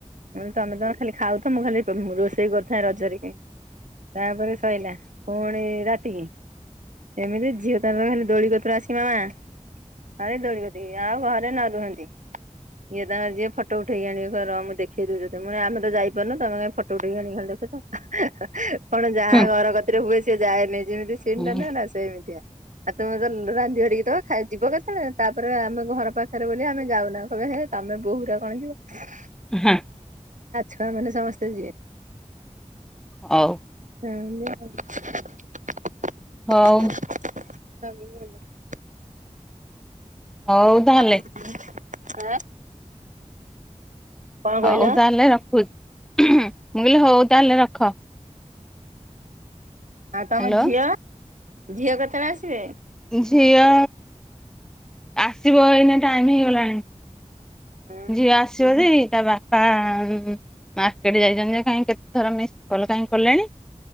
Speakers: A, on the right; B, in the centre.
A: ମୁଁ ତମେ ତମେ ଖାଲି ଖାଉଥ ମୁଁ ଖାଲି ରୋଷେଇ କରୁଥାଏ ରଜରେ କି ତାପରେ ସଇଲା ପୁଣି ରାତି କି ଏମିତି ଝିଅ ତାର ଖାଲି ଦୋଳି କତିରୁ ଆସି ମାମା ତାପରେ ଦୋଳି କତିକି ଆଉ ଘରେ ନ ରୁହନ୍ତି। ଇଏ ତାଙ୍କର ଯିଏ ଫଟ ଉଠେଇକି ଆଣିବେ କହିବେ ର ମୁଁ ଦେଖେଇଦଉଛି ତତେ ମୁଁ କହିଲି ଆମେ ତ ଯାଇପାରୁନୁ ତମେ କାଇଁ ଫଟୋ ଉଠେଇକି ଆଣିକ ଖାଲି ଦେଖଉଛ। କଣ ଯାହା
B: ହୁଁ
A: ଘର କତିରେ ହୁଏ ସିଏ ଯାଏନି ଯେମିତି ସିନ୍
B: ହୁଁ
A: ଟା ନୁହେଁ ନା ସେମତିଆ। ଆଉ ତୁମେ ତ ରାନ୍ଧି ବାଢିକି ଦବ ଖା ଯିବ କେତେବେଳେ ତାପରେ ଆମେ ଘର ପାଖରେ ବୋଲି ଆମେ ଯାଉନା କହିବେ ହେ ତମେ ବୋହୁ ଗୁରା କଣ ଯିବ।
B: ହୁଁ।
A: ଛୁଆ ମାନେ ସମସ୍ତେ ଯିବେ।
B: ହଉ।
A: ହ <unintelligible>
B: ହଉ।
A: ସବଲା <unintelligible>
B: ହଉ ତାହେଲେ।
A: ଆଁ। <unintelligible> କଣ
B: ହଉ
A: କହିଲ?
B: ତାହେଲେ ରଖୁ ମୁଁ କହିଲି ହଉ ତାହେଲେ ରଖ।
A: ଆଉ ତମ
B: ହ୍ୟାଲୋ
A: ଝିଅ ଝିଅ କେତେବେଳେ ଆସିବେ?
B: ଝିଅ ଆସିବ ଏଇନା ଟାଇମ ହେଇଗଲାଣି।
A: ହୁଁ
B: ଝିଅ ଆସିବ ଯେ ତା ବାପା ମାର୍କେଟ ଯାଇଛନ୍ତି ଯେ କାଇଁ କେତେ ଥର ମିସ୍ କଲ କାହିଁ କଲେଣି।